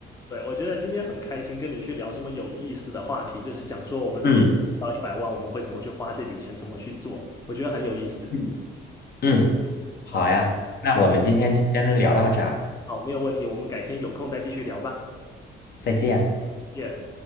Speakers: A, on the left (about 15°); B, on the left (about 55°).
A: 对，我觉得今天很开心跟你去聊这么有意思的话题，就是讲说我们如果中到一百万，
B: 嗯
A: 我们会怎么去花这笔钱，怎么去做，我觉得很有意思。
B: 嗯嗯，好呀，
A: OK，
B: 那我们今天就先聊到这儿啊，
A: 那我好，没有问题，我们改天有空再继续聊吧，
B: 再见。
A: 见。